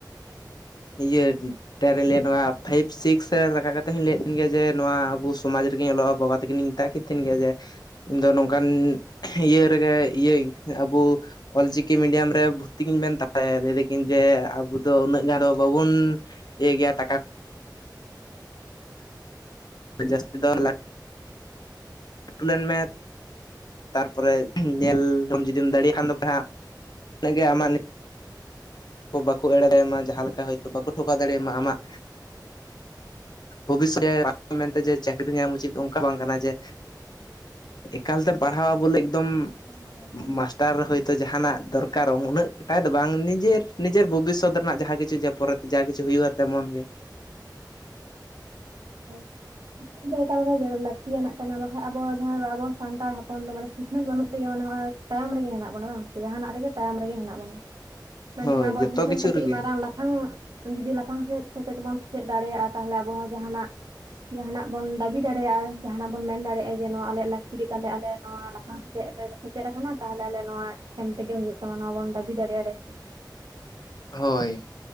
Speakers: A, on the left; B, on the right.
A: ᱤᱭᱟᱹ ᱴᱮᱱ ᱨᱮ ᱞᱟᱹᱭᱟ ᱱᱚᱣᱟ ᱯᱷᱟᱭᱤᱵ ᱥᱤᱠᱥ ᱨᱮ ᱨᱟᱠᱟᱵ ᱠᱟᱛᱮᱦᱚᱧ ᱞᱟᱹᱭᱮᱫ ᱛᱟᱦᱮᱱ ᱜᱮᱭᱟ ᱡᱮ ᱱᱚᱣᱟ ᱟᱵᱚ ᱥᱚᱢᱟᱡᱽ ᱨᱮᱜᱤᱱᱧ ᱚᱞᱚᱜ-ᱟ᱾ ᱵᱟᱵᱟ ᱛᱟᱠᱤᱱ ᱢᱮᱛᱟᱜ ᱠᱤᱱ ᱛᱟᱦᱮᱱ ᱜᱮᱭᱟ ᱡᱮ ᱤᱧ ᱫᱚ ᱱᱚᱝᱠᱟᱱ ᱤᱭᱟᱹ ᱨᱮᱜᱮ, ᱤᱭᱟᱹ ᱟᱵᱚ ᱚᱞ ᱪᱤᱠᱤ ᱢᱤᱰᱤᱭᱟᱢ ᱨᱮ ᱵᱷᱩᱛ ᱛᱤ ᱠᱟᱹᱧ ᱰᱮᱱ ᱛᱟᱦᱞᱮ ᱞᱟᱹᱭ ᱫᱟᱠᱤᱱ ᱡᱮ ᱟᱵᱚ ᱫᱚ ᱩᱱᱟᱹᱜ ᱜᱟᱱ ᱫᱚ ᱵᱟᱵᱚᱱ ᱤᱭᱟᱹ ᱜᱮᱭᱟ᱾ ᱴᱟᱠᱟ ᱡᱟᱹᱥᱛᱤ
B: ᱟᱪᱪᱷᱟ
A: ᱫᱚ
B: ᱟᱪᱪᱷᱟ
A: ᱞᱟᱴ ᱞᱟᱴᱩ ᱞᱮᱱ ᱢᱮ᱾ ᱛᱟᱨᱯᱚᱨᱮ ᱧᱮᱞ ᱞᱟᱵᱚᱱ ᱡᱩᱫᱤᱢ ᱫᱟᱲᱮᱭᱟᱜ ᱠᱷᱟᱱ ᱫᱚᱯᱮ ᱦᱟᱸᱜ ᱩᱱᱟᱹᱜ ᱜᱮ ᱟᱢᱟᱜ᱾ ᱠᱚ ᱵᱟᱠᱚ ᱮᱲᱮ ᱫᱟᱲᱮᱭᱟᱢᱟ ᱡᱟᱦᱟᱸ ᱞᱮᱠᱟ ᱦᱳᱭᱛᱳ ᱵᱟᱠᱚ ᱴᱷᱚᱠᱟ ᱫᱟᱲᱮᱭᱟᱢᱟ ᱟᱢᱟᱜ᱾ ᱵᱷᱚᱵᱤᱥᱚᱛ ᱨᱮ ᱢᱮᱱᱛᱮ ᱡᱮ ᱪᱟᱹᱠᱨᱤ ᱧᱟᱢ ᱩᱪᱤᱛ ᱚᱱᱠᱟ ᱵᱟᱝ ᱠᱟᱱᱟ ᱡᱮ᱾ ᱮᱠᱟᱞ ᱛᱮᱢ ᱯᱟᱲᱦᱟᱣᱟ ᱵᱚᱞᱮ ᱮᱠᱫᱚᱢ᱾
B: ᱦᱳᱭ ᱦᱳᱭ
A: ᱢᱟᱥᱴᱟᱨ ᱦᱳᱭᱛᱳ ᱡᱟᱦᱟᱱᱟᱜ ᱫᱚᱨᱠᱟᱨᱚᱜ ᱩᱱᱟᱹᱜᱴᱟ
B: ᱦᱳᱭ
A: ᱫᱚ ᱵᱟᱝ ᱱᱤᱡᱮᱨᱼᱼ ᱱᱤᱡᱮᱨ ᱵᱷᱚᱵᱤᱥᱥᱚᱛ ᱨᱮᱱᱟᱜ ᱡᱟᱦᱟᱸ ᱠᱤᱪᱷᱩ ᱡᱮ ᱯᱚᱨᱮᱛᱮ ᱡᱟ ᱠᱤᱪᱷᱩ ᱦᱩᱭᱩᱜᱼᱟ ᱛᱮᱢᱚᱱ ᱜᱮ᱾
B: <unintelligible> ᱥᱤᱠᱷᱱᱟᱹᱛ ᱫᱚ ᱮᱠᱟᱞ ᱜᱮ ᱞᱟᱹᱠᱛᱤᱭᱟᱱᱟᱜ ᱠᱟᱱᱟ ᱵᱟᱠᱷᱟᱱ ᱟᱵᱚ ᱡᱟᱦᱟᱸ ᱟᱵᱚ ᱥᱟᱱᱛᱟᱲ ᱦᱚᱯᱚᱱ ᱫᱚ ᱢᱟᱱᱮ ᱥᱤᱠᱷᱱᱟᱹᱛ ᱵᱟᱹᱱᱩᱜ ᱛᱮᱜᱮ ᱢᱟᱱᱮ᱾ ᱛᱟᱭᱚᱢ ᱨᱮᱜᱮ ᱦᱮᱱᱟᱜ ᱵᱚᱱᱟ ᱵᱟᱝ ᱥᱮ ᱡᱟᱦᱟᱱᱟᱜ ᱨᱮᱜᱮ ᱛᱟᱭᱚᱢ ᱨᱮᱜᱮ ᱦᱮᱱᱟᱜ ᱵᱚᱱᱟ ᱢᱮᱱᱠᱷᱟᱱ
A: ᱦᱳᱭ
B: ᱟᱵᱚᱣᱟᱜ
A: ᱡᱚᱛᱚ
B: ᱥᱤᱠᱷᱱᱟᱹᱛ
A: ᱠᱤᱪᱷᱩ
B: ᱠᱟᱹᱴᱤᱡ
A: ᱨᱮᱜᱮ
B: ᱢᱟᱨᱟᱝ ᱞᱟᱼᱼ ᱦᱟᱜ ᱡᱩᱫᱤ ᱞᱟᱯᱷᱟᱝ ᱥᱮᱫ ᱥᱮᱪᱮᱫ ᱵᱚᱱ ᱥᱮᱪᱮᱫ ᱫᱟᱲᱮᱭᱟᱜᱼᱟ ᱛᱟᱦᱚᱞᱮ ᱟᱵᱚ ᱦᱚᱸ ᱡᱟᱦᱟᱱᱟᱜ᱾ ᱡᱟᱦᱱᱟᱜ ᱵᱚᱱ ᱫᱟᱹᱵᱤ ᱫᱟᱲᱮᱭᱟᱜᱼᱟ ᱡᱟᱦᱟᱱᱟᱜ ᱵᱚᱱ ᱢᱮᱱ ᱫᱟᱲᱮᱭᱟᱜᱼᱟ ᱡᱮ ᱱᱚᱣᱟ ᱟᱞᱮᱭᱟᱜ ᱞᱟᱹᱠᱛᱤ ᱜᱮ ᱛᱟᱞᱮ ᱟᱞᱮ ᱱᱚᱣᱟ ᱞᱟᱯᱷᱟᱝ ᱥᱮᱫ ᱞᱮ ᱥᱮᱪᱮᱫ᱾ ᱥᱮᱴᱮᱨ ᱟᱠᱟᱱᱟ ᱛᱟᱦᱚᱞᱮ ᱟᱞᱮ ᱱᱚᱣᱟ ᱮᱢ ᱛᱮᱜᱮ ᱦᱩᱭᱩᱜ ᱛᱟᱢᱟ ᱱᱚᱣᱟ ᱵᱚᱱ ᱫᱟᱹᱵᱤ ᱫᱟᱲᱮᱭᱟ-ᱟ᱾
A: ᱦᱳᱭ᱾